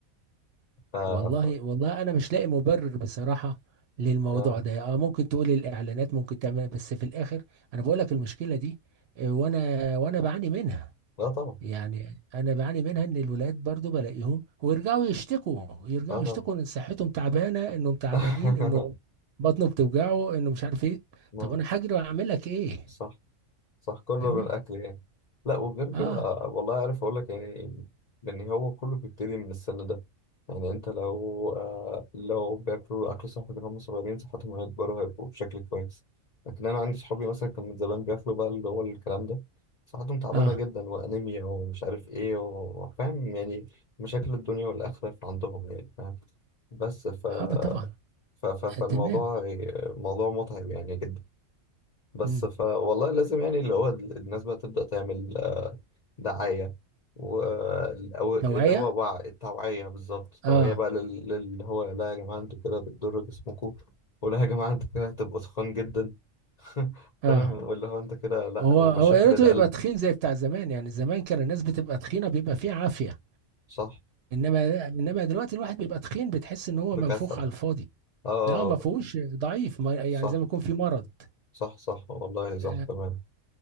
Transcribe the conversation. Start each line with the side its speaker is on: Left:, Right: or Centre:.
Left: ف...
Right: والله
Left: ف...
Right: والله انا مش لاقي مبرر بصراحه للموضوع
Left: آه.
Right: ده اه ممكن تقول الاعلانات ممكن تعمل بس في الاخر انا بقول لك المشكله دي آه، وانا وانا بعاني منها
Left: لا طبعا
Right: يعني انا بعاني منها ان الولاد برضو بلاقيهم ويرجعوا يشتكوا يرجعوا
Left: لا طبعا
Right: يشتكوا ان صحتهم تعبانه انهم تعبانين
Left: <laughs>
Right: انه بطنه بتوجعه انه مش عارف ايه
Left: موت.
Right: طب انا هاجري واعمل لك ايه
Left: صح صح كله
Right: فاهمني
Left: من الأكل يعني لا وغير كده
Right: اه
Left: آه، والله عارف أقول لك يعني إن هو كله بيبتدي من السن ده يعني أنت لو آه لو بياكلوا أكل صحي من هم صغيرين صحتهم هيكبروا هيبقوا بشكل كويس لكن أنا عندي صحابي مثلا كان من زمان بياكلوا بقى اللي هو الكلام ده صحتهم تعبانة
Right: اه
Left: جدا وأنيميا ومش عارف إيه وفاهم يعني مشاكل الدنيا والآخرة عندهم يعني فاهم بس ف...
Right: اه طبعا
Left: ف... ف... فالموضوع
Right: آه تمام
Left: موضوع متعب يعني جدا بس
Right: مم.
Left: ف والله لازم يعني اللي هو ال- الناس بقى تبدأ تعمل آه، دعاية و أو اللي
Right: توعيه
Left: هو وع التوعية بالظبط التوعية
Right: اه
Left: بقى لل- للي هو لا يا جماعة انتوا كده بتضروا جسمكم ولا يا جماعة انتوا كده هتبقوا تخان جدا <laughs>
Right: اه
Left: فاهم واللي هو انت كده لا
Right: هو
Left: ومشاكل
Right: هو يا ريته
Left: القلب
Right: يبقى تخين زي بتاع زمان يعني زمان كان الناس بتبقى تخينه بيبقى فيه عافيه
Left: صح
Right: انما انما دلوقتي الواحد بيبقى تخين بتحس ان هو
Left: بكسل
Right: منفوخ على الفاضي
Left: اه
Right: لا ما فيهوش ضعيف ما يعني
Left: صح
Right: زي ما يكون في مرض
Left: صح صح والله صح
Right: ف...
Left: تمام